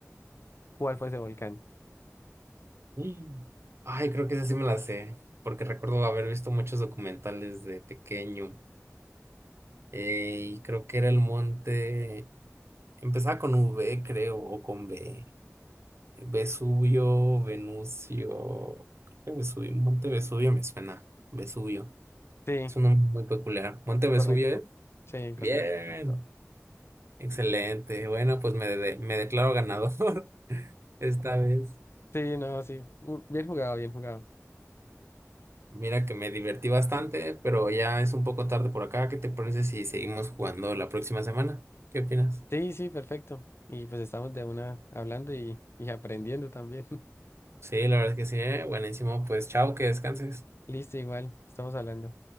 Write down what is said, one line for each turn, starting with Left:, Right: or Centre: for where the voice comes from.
Left: ¿Cuál fue ese volcán?
Right: Mm. Ay, creo que esa sí me la sé, porque recuerdo haber visto muchos documentales de pequeño. Eh, y creo que era el monte. Empezaba con V, creo, o con B. Vesubio, Venusio, creo que Vesubio, Monte Vesubio me suena. Vesubio.
Left: Sí,
Right: Es un nombre muy peculiar. Monte Vesubio
Left: correcto.
Right: es.
Left: Sí,
Right: Bien.
Left: correcto, correcto.
Right: Excelente. Bueno, pues me, de- me declaro ganador <laughs> esta vez.
Left: Sí, no, sí. Mu- Bien jugado, bien jugado.
Right: Mira que me divertí bastante, pero ya es un poco tarde por acá. ¿Qué te parece si seguimos jugando la próxima semana? ¿Qué opinas?
Left: Sí, sí, perfecto. Y pues estamos de una hablando y, y aprendiendo también. <laughs>
Right: Sí, la verdad es que sí, eh, Buenísimo. Pues chao, que descanses.
Left: Listo, igual, estamos hablando.